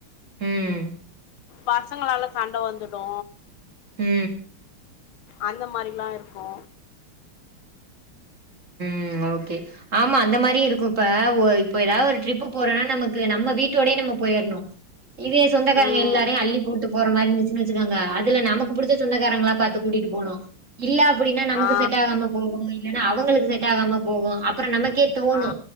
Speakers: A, on the right; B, on the left.
A: ம்
B: பசங்களால சண்ட வந்துடு
A: ம்
B: அந்த மாரில்லா இருக்கு
A: ம் ஓகே ஆமா அந்த மாரி இருக்குப்ப ஒ இப்போ ஏதா ஒரு ட்ரிப் போறோனா நமக்கு நம்ம வீட்டோடயே நம்ம போயர்னு இதே சொந்தகாரங்க
B: ம்
A: எல்லாரையு அள்ளி போட்டு போற மாரிருஞ் சு வச்சுக்காங்க அதுல நமக்கு புடிச்ச சொந்தகாரங்களா பாத்து கூட்டிட்டு போனு இல்ல அப்புடினா நமக்கு
B: ஆ
A: செட் ஆகாம போகு இல்லனா அவங்களுக்கு செட் ஆகாம போகு அப்பற நமக்கே தோணு
B: ஆ